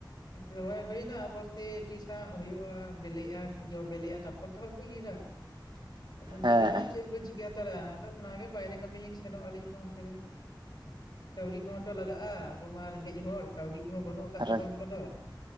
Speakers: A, on the left (about 70°); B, on the right (about 70°).
A: ᱨᱚᱦᱚᱭ ᱦᱩᱭᱱᱟ ᱟᱵᱚ ᱥᱮ ᱛᱤᱥ ᱦᱟᱸᱜ ᱦᱩᱭᱩᱜᱼᱟ ᱵᱤᱞᱤᱜᱼᱟ ᱡᱚ ᱵᱤᱞᱤᱜᱼᱟ ᱛᱟᱨᱯᱚᱨ ᱫᱚ ᱦᱟᱸᱜ ᱵᱚ ᱤᱨᱟ
B: <inaudible>
A: ᱩᱱᱛᱮ
B: ᱦᱮᱸ
A: ᱫᱚ ᱦᱟᱸᱜ ᱪᱮᱫ ᱵᱮᱱ ᱪᱤᱠᱟᱹ ᱦᱟᱛᱟᱲᱟ ᱟᱫᱚ ᱚᱱᱟᱜᱮ ᱵᱟᱦᱨᱮ ᱠᱟᱹᱢᱤ ᱞᱤᱧ ᱥᱮᱱᱚᱜ ᱟᱹᱞᱤᱧ ᱢᱟ ᱚᱱᱛᱮ ᱨᱮ ᱦᱟᱸᱜ <inaudible> ᱠᱟᱹᱣᱰᱤ ᱠᱚᱦᱚᱸᱛᱚ ᱞᱟᱜᱟᱜᱼᱟ ᱟᱵᱚ ᱢᱟ ᱨᱮᱸᱜᱮᱡ ᱦᱚᱲ ᱠᱟᱹᱣᱰᱤ ᱠᱚᱦᱚᱸ ᱵᱟᱹᱱᱩᱜ ᱟᱠᱟᱫ
B: ᱦᱮᱸ
A: ᱛᱟᱵᱚ ᱚᱱᱠᱟ ᱫᱚ